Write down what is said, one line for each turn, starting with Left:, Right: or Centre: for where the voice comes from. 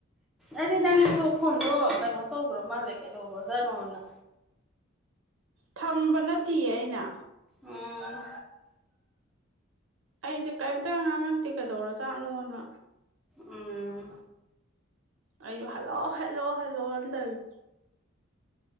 Centre: ꯑꯗꯤ ꯅꯪꯁꯨ ꯐꫭꯟꯗꫭ ꯀꯅꫭ ꯇꯧꯒ꯭ꯔ ꯃꯥꯜꯂꯦ ꯀꯩꯗꯧꯒ꯭ꯔꯖꯥꯅꯣꯅ
Right: ꯊꯝꯕ ꯅꯠꯇꯤꯌꯦ ꯑꯩꯅ
Centre: ꯎꯝ
Right: ꯑꯩꯁꯦ ꯀꯩꯝꯇ ꯉꯥꯡ ꯉꯛꯇꯦ ꯀꯩꯗꯧꯔꯣꯖꯥꯠꯅꯣꯅ
Centre: ꯎꯝ
Right: ꯑꯩꯁꯨ ꯍꯜꯂꯣꯑꯣ ꯍꯜꯂꯣ ꯍꯜꯂꯣ ꯅ ꯗꯧꯏꯅꯤ